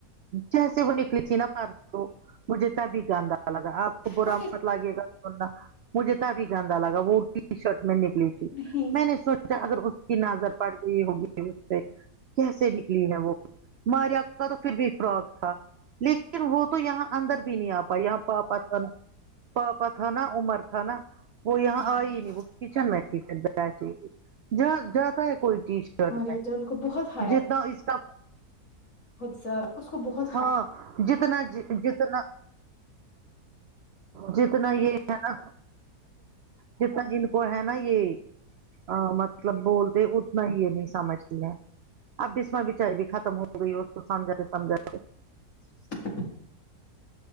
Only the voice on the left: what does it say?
وہ
نہیں
ہمارے
یہاں ان کو بہت
خود سا اس کو بہت
<inaudible>